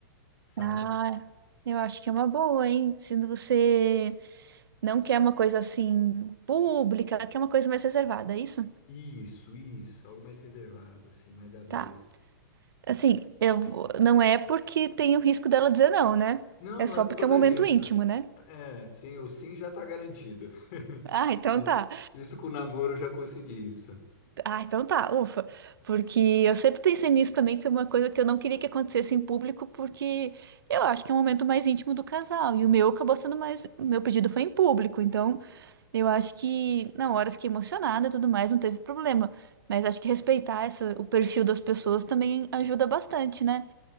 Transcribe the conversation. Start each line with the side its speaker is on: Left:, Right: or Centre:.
Left: sabe?
Right: Ah, eu acho que é uma boa, hein? Se você não quer uma coisa assim pública, quer uma coisa mais reservada, é isso?
Left: Isso, isso, algo mais reservado, assim, mais a dois.
Right: Tá. Assim, eu vou- não é porque tem o risco dela dizer não, né?
Left: Não,
Right: É
Left: não
Right: só
Left: é por
Right: porque
Left: conta
Right: é um momento
Left: disso.
Right: íntimo, né?
Left: É, sim, o sim já tá garantido. <laughs>
Right: Ah, então
Left: Isso,
Right: tá.
Left: isso com o namoro eu já consegui isso.
Right: Ah, então tá, ufa. Porque eu sempre pensei nisso também, que é uma coisa que eu não queria que acontecesse em público, porque eu acho que é um momento mais íntimo do casal. E o meu acabou sendo mais. o Meu pedido foi em público, então eu acho que na hora eu fiquei emocionada e tudo mais, não teve problema. Mas acho que respeitar essa, o perfil das pessoas também ajuda bastante, né?